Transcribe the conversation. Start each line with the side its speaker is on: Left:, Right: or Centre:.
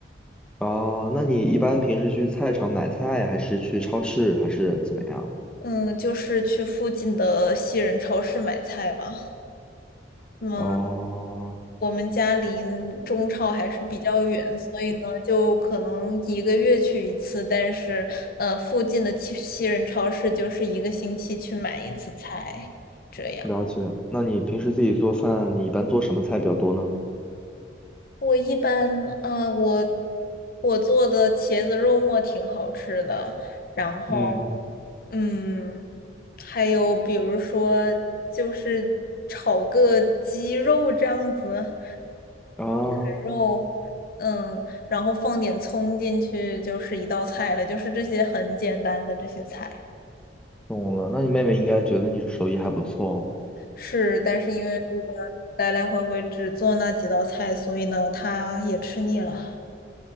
Centre: 啊、那你一般平时去菜场买菜，还是去超市，还是怎么样？
Left: 嗯，就是去附近的西人超市买菜吧。嗯，
Centre: 哦，
Left: 我们家离嗯中超还是比较远，所以呢，就可能一个月去一次，但是呃，附近的西西人超市就是一个星期去买一次菜。这样。
Centre: 了解。那你平时自己做饭，你一般做什么菜比较多呢？
Left: 我一般啊、我我做的茄子肉末挺好吃的，然后
Centre: 嗯，
Left: 嗯，还有比如说就是炒个鸡肉这样子，
Centre: 啊，
Left: 卷肉，嗯，然后放点葱进去就是一道菜了，就是这些很简单的这些菜。
Centre: 懂了。那你妹妹应该觉得你手艺还不错哦。
Left: 是，但是因为如果来来回回只做那几道菜，所以呢，他也吃腻了。